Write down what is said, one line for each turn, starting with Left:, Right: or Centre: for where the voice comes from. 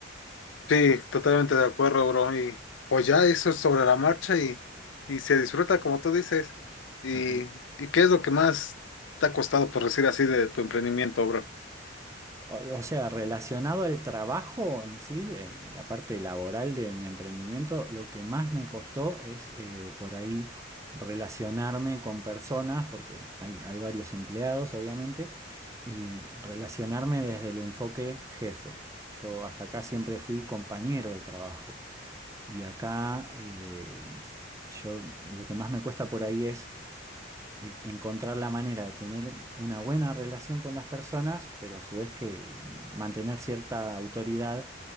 Left: Sí, totalmente de acuerdo, bro. Y pues ya eso es sobre la marcha y, y se disfruta como tú dices. ¿Y,
Right: Ujú.
Left: y qué es lo que más te ha costado, por decir así, de tu emprendimiento, bro?
Right: O o sea, relacionado al trabajo en sí, en la parte laboral de mi emprendimiento, lo que más me costó es eh, por ahí relacionarme con personas, porque hay, hay varios empleados, obviamente, y relacionarme desde el enfoque jefe. Yo hasta acá siempre fui compañero de trabajo y acá eh, yo lo que más me cuesta por ahí es e- encontrar la manera de tener una buena relación con las personas, pero a su vez que mantener cierta autoridad